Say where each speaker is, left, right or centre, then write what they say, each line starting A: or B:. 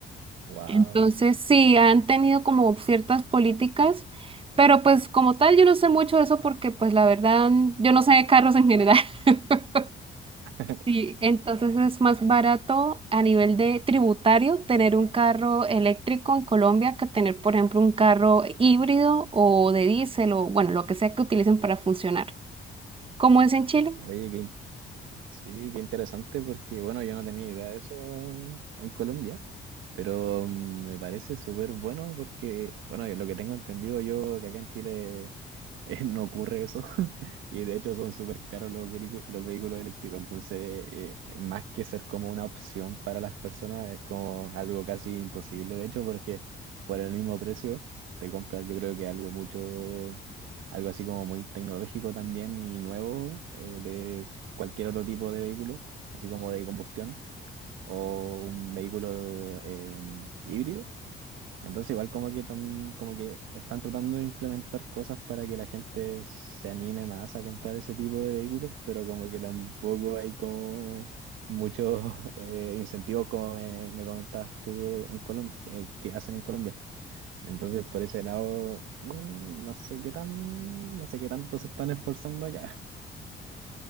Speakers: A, on the right; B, on the right.
A: Wow.
B: Entonces, sí, han tenido como ciertas políticas, pero pues como tal, yo no sé mucho de eso porque pues la verdad, yo no sé de carros en general. <laughs>
A: <laughs>
B: Sí, entonces es más barato a nivel de tributario tener un carro eléctrico en Colombia que tener, por ejemplo, un carro híbrido o de diésel o, bueno, lo que sea que utilicen para funcionar. ¿Cómo es en Chile?
A: Oye, qué Sí, qué interesante porque, bueno, yo no tenía idea de eso en Colombia, pero mm, me parece súper bueno porque, bueno, lo que tengo entendido yo, que acá en Chile <laughs> eh, no ocurre eso <laughs> y de hecho son súper caros los, velicu- los vehículos eléctricos, entonces eh, más que ser como una opción para las personas es como algo casi imposible, de hecho, porque por el mismo precio te compras yo creo que algo mucho, algo así como muy tecnológico también y nuevo eh, de cualquier otro tipo de vehículo, así como de combustión o un vehículo eh, híbrido. Entonces igual como que, tam- como que están tratando de implementar cosas para que la gente se anime más a comprar ese tipo de vehículos, pero como que tampoco hay como muchos <laughs> eh, incentivos como me, me comentabas tú de- en Colombia, que hacen en Colombia. Entonces por ese lado, mm, no sé qué tan, no sé qué tanto se están esforzando acá.